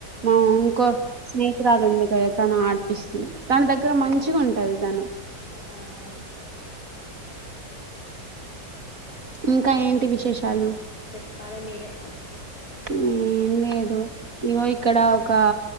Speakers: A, on the right; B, on the left.
A: మా ఇంకో స్నేహితురాలు ఉంది కదా తన ఆడిపిస్తుంది తన దగ్గర మంచిగా ఉంటది తను
B: ఆహా
A: ఇంక ఏంటి విశేషాలు
B: చెప్పాలి మీరే
A: హ్మ్మ్ లేదు ఈవో ఇక్కడ ఒక